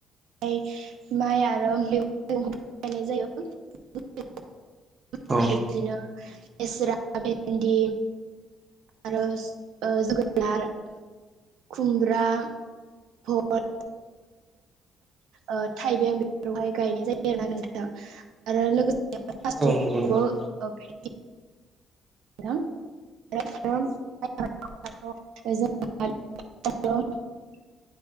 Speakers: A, on the right; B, on the right.
A: <unintelligible> माइ आरो बेफोर मेगंखौबो गायनाय जायो <unintelligible>
B: औ
A: बिदिनो लेस्रा भेन्दि आरो ओ जोगोनार खुमब्रा <unintelligible> ओ थाइबें बेफोरावहाय गायनाय जायो आरोना नोंथां आरो लोगो
B: औ नंगौ नोंथां
A: <unintelligible> नोंथां <unintelligible> <unintelligible>